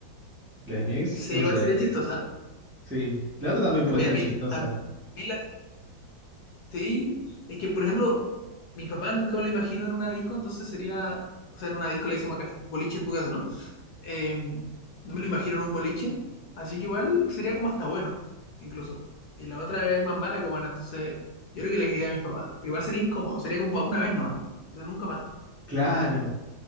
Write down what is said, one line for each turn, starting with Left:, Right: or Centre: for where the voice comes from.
Right: La de mi ex,
Left: Sí,
Right: no
Left: igual
Right: sé.
Left: sería chistosa.
Right: Sí. La otra también puede
Left: Mira,
Right: ser
Left: a mí,
Right: chistosa.
Left: a mí la- sí, es que, por ejemplo, mi papá nunca me lo imagino en una disco, entonces sería, o sea, en una disco le decimos acá, boliche en tu caso, ¿no? Eh, no me lo imagino en un boliche, así que igual sería como hasta bueno, incluso. Y la otra es más mala que buena, entonces yo creo que le diría a mis papás, pero igual sería incómodo, sería como para una vez nomás, o sea, nunca más.
Right: Claro.